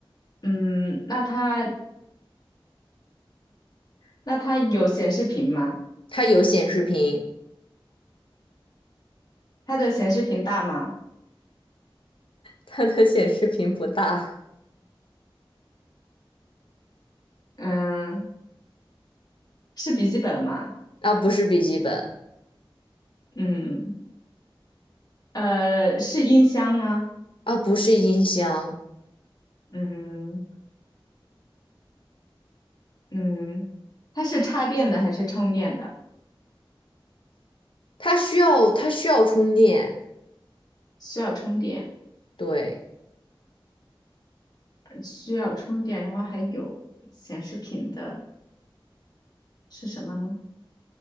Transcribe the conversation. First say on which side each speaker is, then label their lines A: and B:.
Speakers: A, on the left (about 45°); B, on the left (about 70°).
A: 嗯，那它，那它有显示屏吗？
B: 它有显示屏，
A: 它的显示屏大吗？
B: 它的显示屏不大。
A: 嗯，是笔记本吗？
B: 啊，不是笔记本，
A: 嗯，呃，是音箱吗？
B: 啊，不是音箱。
A: 嗯。嗯，它是插电的还是充电的？
B: 它需要它需要充电，
A: 需要充电，
B: 对，
A: 需要充电，然后还有显示屏的是什么呢？